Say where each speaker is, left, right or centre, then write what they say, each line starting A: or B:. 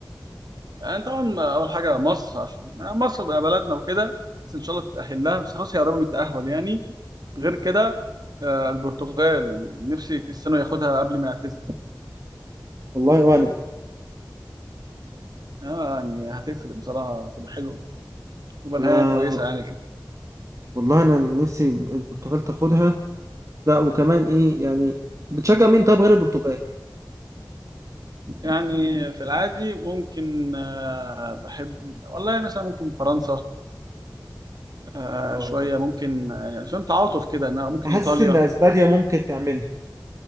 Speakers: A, on the right; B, on the right.
A: يعني طبعا اول حاجه مصر عشان مصر بقى بلدنا وكده بس ان شاء الله تتاهل لها بس خلاص هي قربت من التاهل يعني غير كده آه، البرتغال نفسي كريستيانو ياخدها قبل ما يعتزل
B: والله وأنا
A: آه، يعني هتفرق بصراحه هتبقى حلوه تبقى
B: أنا
A: نهايه كويسه يعني كده
B: والله أنا نفسي البرتغال تاخدها لا وكمان إيه يعني بتشجع مين طيب غير البرتغال؟
A: يعني في العادي ممكن آه، بحب والله مثلا ممكن فرنسا آه،
B: آه.
A: شويه ممكن يعني فاهم تعاطف كده انها ممكن
B: حاسس
A: ايطاليا
B: إن أسبانيا ممكن تعملها